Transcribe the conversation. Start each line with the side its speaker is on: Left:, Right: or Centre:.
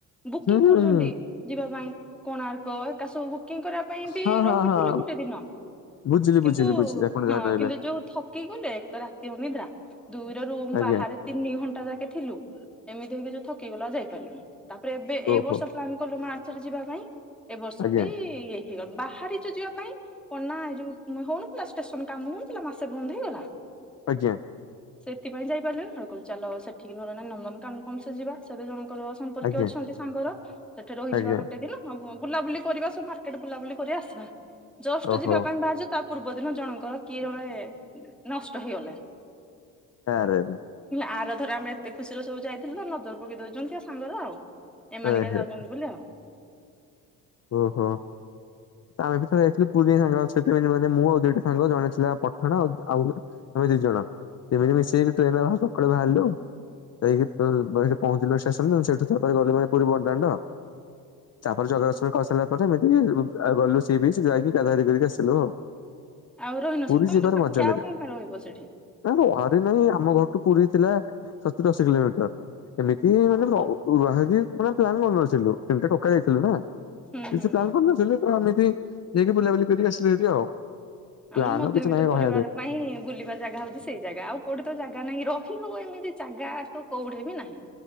Centre: ବୁକିଂ
Left: ହୁଁ ହୁଁ
Centre: କରୁଛନ୍ତି
Left: ହୁଁ
Centre: ଯିବା ପାଇଁ କୋଣାର୍କ ଏକା ସବୁ ବୁକିଂ କରିବା ପାଇଁ ଏମତି
Left: ହଁ
Centre: ବି
Left: ହଁ
Centre: ରହୁଥିଲୁ
Left: ହଁ
Centre: ଗୁଟେ। ଦିନ।
Left: ବୁଝିଲି ବୁଝିଲି
Centre: କିନ୍ତୁ
Left: ବୁଝିଲି ବୁଝିଲି ଆପଣ ଯାହା
Centre: ହଁ
Left: କହିଲେ
Centre: କିନ୍ତୁ ଯୋଉ ଥକି ଗଲେ ତ ରାତି ଅନିଦ୍ରା ଦୁଇ ର ରୁମ୍
Left: ଆଜ୍ଞା
Centre: ବାହାରେ। ତିନି ଘଣ୍ଟା ଯାକେ ଥିଲୁ ଏମିତି ହେଇକି ଯୋଉ ଥକିଗଲା ଆଉ ଯାଇପାରିଲଣି। ତାପରେ ଏବେ ଏଇ
Left: ଓହୋ
Centre: ବର୍ଷ ପ୍ଲାନ୍ କଲୁ ମାର୍ଚ୍ଚ ରେ ଯିବା ପାଇଁ ଏ ବର୍ଷ
Left: ଆଜ୍ଞା
Centre: ବି ହିଅ ବାହାରିଛୁ ଯିବା ପାଇଁ। କନା ଏ ଯୋଉ ହଉନଥିଲା ଷ୍ଟେସନ କାମ ହଉନଥିଲା ମାସେ ବନ୍ଦ ହେଇଗଲା।
Left: ଆଜ୍ଞା।
Centre: ସେଥିପାଇଁ ଯାଇପାରିଲିଣିି ହ କୋଉ ଚାଲ ସେଠିକି ନହେଲେ ନନ୍ଦନକାନ କମ ସେ ଯିବା ସେ ଦି ଜଣଙ୍କର। ସମ୍ପର୍କୀୟ
Left: ଆଜ୍ଞା
Centre: ଅଛନ୍ତି ସାଙ୍ଗର ସେଠି ରହିଯିବା
Left: ଆଜ୍ଞା
Centre: ଗୋଟେ ଦିନ। ହଁ ବୁଲାବୁଲି କରିବା ସବୁ ମାର୍କେଟ ବୁଲାବୁଲି କରିବା ଆସିବା ଜଷ୍ଟ
Left: ଓହୋ
Centre: ଯିବା ପାଇଁ ବାହାରିଚୁ, ତା ପ ପୂର୍ବ ଦିନ ଜଣଙ୍କର କିଏ ଜଣେ ନଷ୍ଟ ହେଇଗଲା।
Left: ଆରେ ଆରେ!
Centre: ଆର ଥର ଆମେ ଏତେ ଖୁସିରେ ସବୁ ଯାଇଥିଲୁ ତ ନଜର ପକେଇ ଦଉଛନ୍ତି ଆ ସାଙ୍ଗର ଆଉ। ଏମାନେ
Left: ଆରେ
Centre: କାଇଁ ଯାଉଛନ୍ତି ବୋଲି ଆଉ।
Left: ଓହୋ। ତ ଆମେ ବି ଯାଇଥିଲୁ ପୁରୀ ସାଙ୍ଗମାନଙ୍କ ସହିତ କିନ୍ତୁ ମାନେ ମୁଁ ଆଉ ଦିଟ ସାଙ୍ଗ ଜଣେ ଥିଲା ପଟଣା ଆଉ ଆ। ଆମେ ଦି ଜଣ ଏମିତି ମିଶିକି ଟ୍ରେନରେ ସକାଳୁ ବାହାରିଲୁ। ଯାଇକି ଫେର ସେଇଠି ପହଞ୍ଚିଲୁ ଷ୍ଟେସନରେ ସେଇଠୁ ତା ପରେ ଗଲୁ ଭାରି ପୁରୀ ବଡଦାଣ୍ଡ। ତା ପରେ ଜଗା ଦ ର୍ଶନ କରି ସାରିଲା ପରେ ଏମିତି ଆଉ ଗଲୁ ସି ବିଚ୍ ଯାଇକ ଗାଧା ଗାଦି କରିକି ଆସିଲୁ ଆଉ।
Centre: ଆଉ ରହିନ
Left: ପୁରୀ
Centre: ସେଠି ତମ
Left: ଯିବାର
Centre: ତ ପାଖେ
Left: ମଜା ଲାଗେ
Centre: ଆଉ କଁ ପାଇଁ ରହିବ ସେଠି।
Left: ନା ରହା ରହି ନାଇଁ ଆମ ଘରଠୁ ପୁରୀ ଥିଲା ସତୁରି ଅଶୀ କିଲୋମିଟର ଏମିତି
Centre: ହଁ
Left: ମାନେ ର
Centre: ହଁ
Left: ରୁହା ଇକି ମାନେ ପ୍ଲାନ୍ କରନଥିଲୁ ତିନିଟା ଟୋକା ଯାଇଥିଲୁ ନା।
Centre: ହୁଁ
Left: କିଛି
Centre: ହୁଁ
Left: ପ୍ଲାନ
Centre: ହୁଁ।
Left: କରି ନଥିଲୁ ତ ଏମିତି ଯାଇକି ବୁଲାବୁଲି କରିକି ଆସିଲୁ ହାରି ଆଉ। ପ୍ଲାନ୍
Centre: ଆମର ମଧ୍ୟବିତ୍ତ
Left: ଆଉ କିଛି ନାହିଁ ରହିବା
Centre: ପରିବାର ପାଇଁ। ବୁଲିବା ଜାଗା ହଉଛି ସେଇ ଜାଗା ଆଉ କୋଉଠି ତ ଜାଗା ନାହିଁ ରହିହବ ଏମିତି ଜାଗା ତ କୋଉଠେ ବି ନାହିଁ।